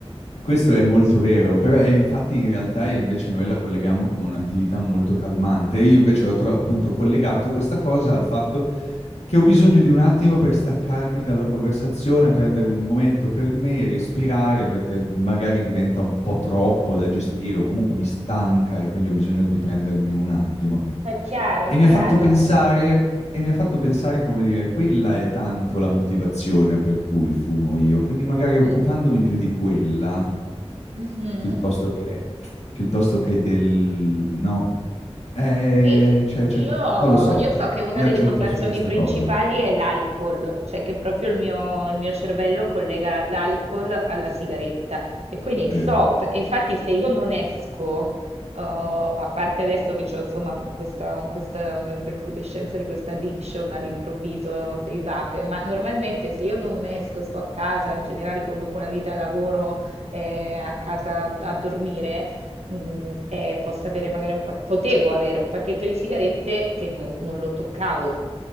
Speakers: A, on the left (about 80°); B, on the right (about 80°).
A: Questo è molto vero, però e infatti in realtà invece noi la colleghiamo come un'attività molto calmante. Io invece ho tro- appunto collegato questa cosa al fatto che ho bisogno di un attimo per staccarmi dalla conversazione, prendere un momento per me, respirare, perché magari diventa un po' troppo da gestire o comunque mi stanca e quindi ho bisogno di prendermi un attimo.
B: È chiaro, è
A: E
B: chiaro.
A: mi ha fatto pensare e mi ha fatto pensare, come dire, quella è tanto la motivazione per cui fumo io, quindi magari
B: Mm,
A: occupandomi più di quella,
B: mhm.
A: piuttosto che, piuttosto che del... no, eh,
B: Sì,
A: cioè, cioè,
B: io,
A: non lo so,
B: io so che una
A: viaggio
B: delle motivazioni
A: un po' su questa
B: principali
A: cosa,
B: è l'alcol, cioè che proprio il mio, il mio cervello collega l'alcol alla sigaretta e quindi
A: vero?
B: so, e infatti se io non esco, oh, a parte adesso che c'ho insomma questa, questa recrudescenza di questa addiction all'improvviso dei vape, ma normalmente se io non esco, sto a casa, in generale conduco una vita da lavoro eh, a casa a dormire, mm, eh, posso avere magari un pa- potevo avere un pacchetto di sigarette che non, non lo toccavo.